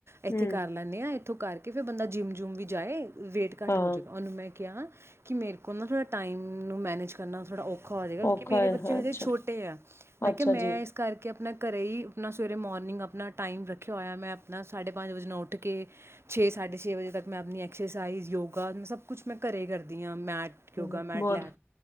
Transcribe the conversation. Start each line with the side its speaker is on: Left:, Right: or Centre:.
Right: ਇੱਥੇ
Left: ਹਮ
Right: ਕਰ ਲੈਂਦੇ ਹਾਂ ਇੱਥੋਂ ਕਰਕੇ ਫਿਰ ਬੰਦਾ ਜਿੰਮ ਜੁਮ ਵੀ ਜਾਏ ਰੇਟ ਘੱਟ
Left: ਹਾਂ
Right: ਹੋ ਜਾਵੇਗਾ ਉਹਨੂੰ ਮੈਂ ਕਿ ਮੇਰੇ ਕੋਲ ਨਾ ਥੋੜ੍ਹਾ ਟਾਈਮ ਨੂੰ ਮੈਨੇਜ ਕਰਨਾ ਥੋੜ੍ਹਾ ਓ ਾ ਹੋ ਜਾਏਗਾ ਕਿਉਂਕਿ
Left: ਔਖਾ
Right: ਮੇਰੇ
Left: ਹੈ
Right: ਬੱਚੇ
Left: ਹਾਂ
Right: ਹਜੇ
Left: ਅੱਛਾ
Right: ਛੋਟੇ ਆ ਮੈਂ
Left: ਅੱਛਾ
Right: ਕਿਹਾ ਮੈਂ
Left: ਜੀ
Right: ਇਸ ਕਰਕੇ ਆਪਣਾ ਘਰੇ ਹੀ ਆਪਣਾ ਸਵੇਰੇ ਮੋਰਨਿੰਗ ਆਪਣਾ ਟਾਈਮ ਰੱਖਿਆ ਹੋਇਆ ਮੈਂ ਆਪਣਾ ਸਾਡੇ ਪੰਜ ਵਜੇ ਨਾਲ ਉੱਠ ਕੇ ਛੇ ਸਾਢੇ ਛੇ ਵਜੇ ਤੱਕ ਮੈਂ ਆਪਣੀ ਐਕਸਰਸਾਈਜ਼ ਯੋਗਾ ਮ ਸਭ ਕੁਛ ਮੈਂ ਘਰੇ ਕਰਦੀ ਹਾਂ ਮੈਟ ਯੋਗਾ
Left: ਬਹੁਤ
Right: ਮੈਟ ਲੈ